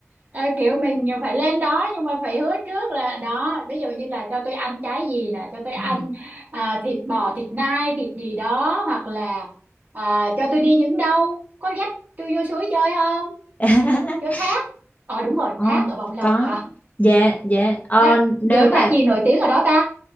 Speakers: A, on the right (about 40°); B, on the left (about 30°).
A: ờ, kiểu mình phải lên đó nhưng mà phải hứa trước là đó ví dụ như là cho tôi ăn trái gì nè cho tôi ăn
B: Ừ.
A: à, thịt bò thịt nai thịt gì đó hoặc là à, cho tôi đi những đâu có dắt tôi vô suối chơi không
B: <laughs>
A: vô thác ờ đúng rồi
B: Ồ,
A: thác ở Bồng Lộc
B: có.
A: hả
B: Dạ, dạ. Ờ,
A: thác,
B: nếu
A: giờ
B: mà
A: thác gì nổi tiếng ở đó ta